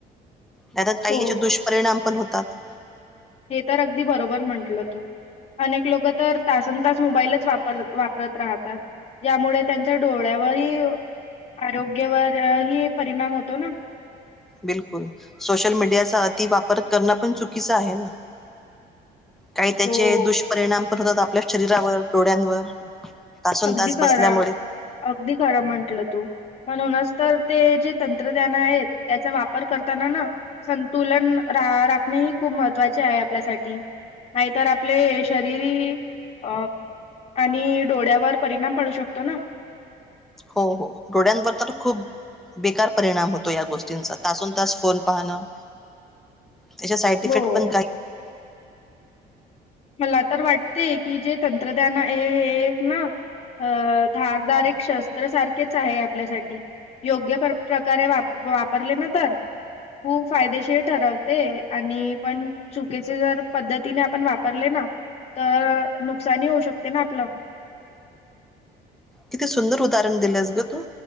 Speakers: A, in the centre; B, on the left (about 35°).
A: नाही तर काही
B: हो.
A: याचे दुष्परिणाम पण हो तात.
B: हे तर अगदी बरोबर म्हंटलं तू अनेक लोकं तर तासन तास मोबाईलच वापर वापरत राहतात ज्यामुळे त्यांच्या डोळ्यावरही, आरोग्यावर हि परिणाम होतो ना.
A: बिलकुल, सोशल मीडियाचा अति वापर करणं पण चुकीचं आहे ना. काही त्याचे
B: हो.
A: दुष्परिणाम पण होतात. आपल्या शरीरावर, डोळ्यांवर. तासोन
B: अगदी
A: तास
B: खरं,
A: बसल्यामुळे
B: अगदी खरं म्हटलं तू म्हणूनच तर ते जे तंत्रज्ञान आहेत त्याचा वापर करताना ना संतुलन रा राखणे हि खूप महत्वाचे आहे आपल्यासाठी नाहीतर आपले शरीरी अ आणि डोळ्यावर परिणाम पाडू शकतो ना.
A: हो हो डोळ्यांवर तर खूप बेकार परिणाम होतो या गोष्टींचा तासोन तास फोन पाहणं. त्याच्या साईड
B: हो.
A: इफेक्ट पण काही
B: मला तर वाटते की जे तंत्रज्ञान आहे हे एक ना अ धारधारक शस्त्र सारखेच आहे आपल्यासाठी योग्य प्रकारे वाप वापरले ना तर खूप फायदेशीर ठरवते आणि पण चुकीचे जर पद्धतीने आपण वाप रले ना तर नुकसानी होऊ शकते ना आपलं.
A: किती सुंदर उदाहरण दिलंस गं तू